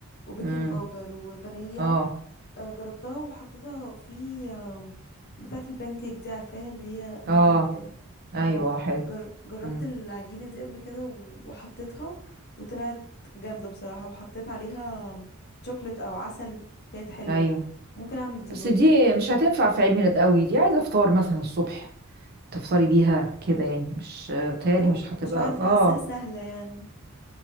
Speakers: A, on the left; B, on the right.
A: وبيكنج
B: امم
A: باودر وفانيليا
B: اه
A: آه، جربتها وحطيتها في آم، بتاعة البان كيك دي عارفاها اللي هي مكنة
B: اه
A: كده
B: ايوه
A: اه
B: حلو
A: جر... جربت
B: امم
A: العجينة دي قبل كده و- وحطيتها وطلعت جامدة بصراحة وحطيت عليها شوكليت او عسل كانت حلوة
B: ايوه
A: ممكن اعمل دي
B: بس
A: برضو
B: دي مش هتنفع في عيد ميلاد قوي دي عايزه فطار مثلا الصبح تفطري بيها كده يعني مش بتهيألي
A: بجد
B: مش هتبقى
A: مش عارفة
B: اه
A: حاساها سهلة يعني